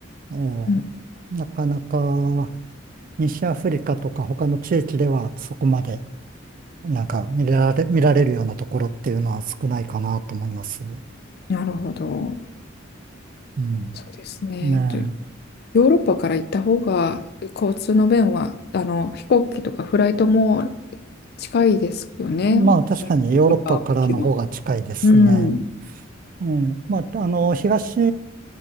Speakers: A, on the right; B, on the left.
A: ええ
B: うん。
A: なかなか西アフリカとか他の地域ではそこまでなんか見られ、見られるようなところっていうのは少ないかなと思います。う
B: なるほど。
A: ん。
B: そうですね。
A: ね
B: とヨーロッパから行った方が交通の便は、あの、飛行機とかフライトも近いですよね。
A: え。まあ確かにヨーロッパからの方が近いですね。
B: 日本よりはもちろん。うん。
A: ええまああの東